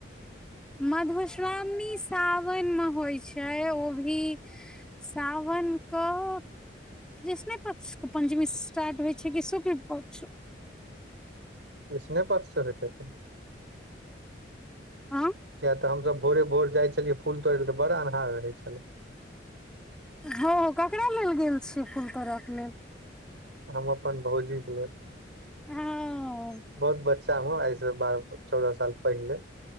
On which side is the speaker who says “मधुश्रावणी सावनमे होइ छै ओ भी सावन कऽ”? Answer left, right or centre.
Centre